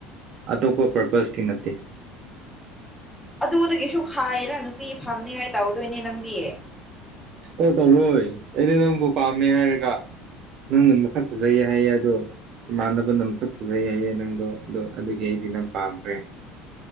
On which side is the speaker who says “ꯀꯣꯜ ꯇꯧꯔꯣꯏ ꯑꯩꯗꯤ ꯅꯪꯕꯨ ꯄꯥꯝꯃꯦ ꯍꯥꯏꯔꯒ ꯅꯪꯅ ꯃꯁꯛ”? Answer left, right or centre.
Right